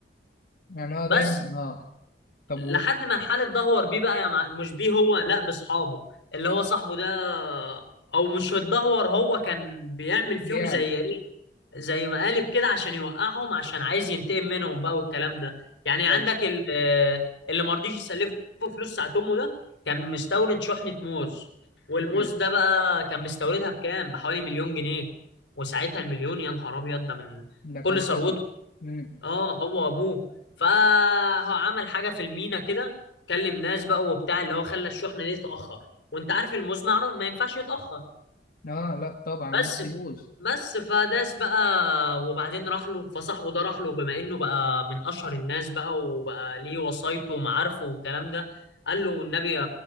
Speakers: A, on the left; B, on the left.
A: يعني هو
B: بس
A: دايما اه طب
B: لحد ما الحال اتدهور بيه بقى يا مع... مش بيه هو لا باصحابه اللي هو صاحبه ده او مش اتدهور هو كان بيعمل فيهم
A: بيعلى
B: زي ايه زي مقالب كده عشان يوقعهم عشان عايز ينتقم منهم بقى والكلام ده يعني عندك
A: أيوة
B: ال- آه، اللي ما رضيش يسلفه فلوس ساعة امه ده كان مستورد شحنة موز والموز
A: مم.
B: ده بقى كان مستوردها بكام بحوالي مليون جنيه وساعتها المليون يا نهار ابيض ده من
A: ده
B: كل
A: كان
B: ثروته
A: راجل مم.
B: اه هو ابوه فهو عمل حاجه في المينا كده كلم ناس بقى وبتاع اللي هو خلى الشحنه دي تتاخر وانت عارف المزمع ما ينفعش يتاخر
A: اه لا طبعا ما
B: بس
A: بيجوز
B: في بس فداس بقى وبعدين راح له فصاحبه ده راح له بما انه بقى من اشهر الناس بقى وبقى ليه وصايته ومعارفه والكلام ده قال له والنبي يا